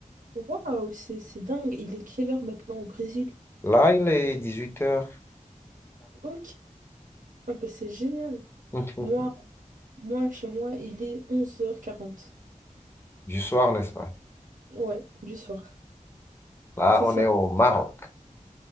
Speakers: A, on the right; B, on the left.
A: Waouh, c'est c'est dingue. Il est quelle heure maintenant au Brésil?
B: Là, il est 18h40
A: Ok. Ah, bah c'est génial.
B: <laughs>
A: Moi, moi, chez moi, il est onze heures quarante
B: du soir, n'est-ce pas?
A: Ouais, du soir.
B: Là,
A: C'est
B: on
A: ça.
B: est au Maroc.